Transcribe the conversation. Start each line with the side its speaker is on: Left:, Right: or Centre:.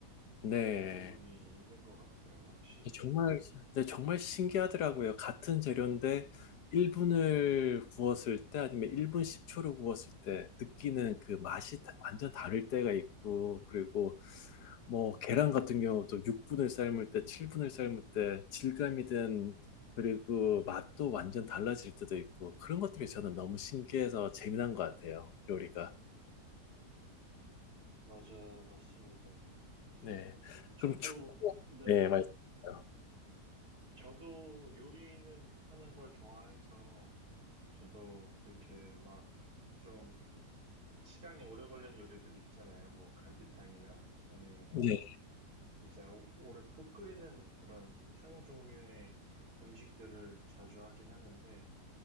Left: 네.
Right: 그런 부분이 있는 것 같아요, 확실히.
Left: 아, 정말, 네, 정말 신기하더라고요. 같은 재료인데 1분을 구웠을 때 아니면 1분 10초를 구웠을 때 느끼는 그 맛이 다- 완전 다를 때가 있고, 그리고 뭐 계란 같은 경우도 6분을 삶을 때, 7분을 삶을 때 질감이든 그리고 맛도 완전 달라질 때도 있고 그런 것들이 저는 너무 신기해서 재미난 것 같아요. 요리가.
Right: 맞아, 맞습니다.
Left: 네.
Right: 저도,
Left: 그럼 축구.
Right: 네,
Left: 네, 맞습니다.
Right: 저도 요리는 하는 걸 좋아해서, 저도 이렇게 막 좀 시간이 오래 걸리는 요리들이 있잖아요. 뭐 갈비탕이나 아니면은
Left: 네.
Right: 뭐 이제 오- 오래 푹 끓이는 그런 탕 종류의 음식들을 자주 하긴 하는데,